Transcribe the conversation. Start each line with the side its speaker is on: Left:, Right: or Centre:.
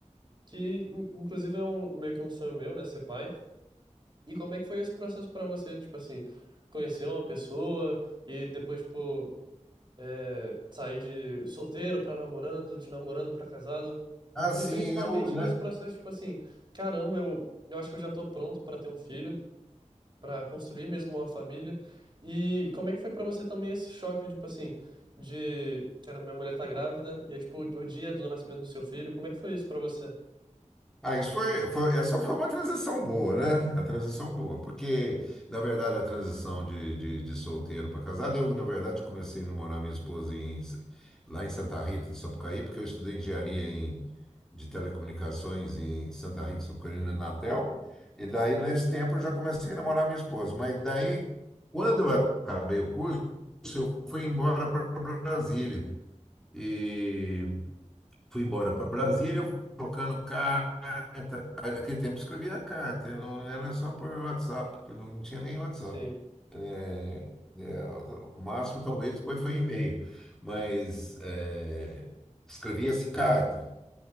Right: que in- inclusive é um, meio que um sonho meu, né, ser pai. E como é que foi esse processo pra você, tipo assim, conhecer uma pessoa e depois, tipo, é, sair de solteiro pra namorando, de namorando pra casado?
Centre: Ah,
Right: E
Centre: sim,
Right: principalmente
Centre: eu, né?
Right: nesse processo, tipo assim, caramba, eu, eu acho que eu já tô pronto pra ter um filho, pra construir mesmo uma família. E como é que foi pra você também esse choque, tipo assim, de, cara, minha mulher tá grávida e é tipo o dia do nascimento do seu filho, como é que foi isso pra você?
Centre: Ah, isso foi, foi- essa foi uma transição boa, né? A transição boa, porque, na verdade, a transição de, de, de solteiro para casado, eu, na verdade, comecei a namorar minha esposa em, lá em Santa Rita do Sapucaí, porque eu estudei engenharia em, de telecomunicações em Santa Rita do Sapucaí, no Natel, e daí, nesse tempo, eu já comecei a namorar minha esposa. Mas daí, quando eu acabei o curso, eu fui embora para Brasília. e fui embora para Brasília, eu fui trocando carta. Naquele tempo eu escrevia carta, eu não era só por WhatsApp, não não tinha nem WhatsApp.
Right: Sim,
Centre: É, é, o máximo talvez depois foi e-mail, mas é, escrevia-se carta.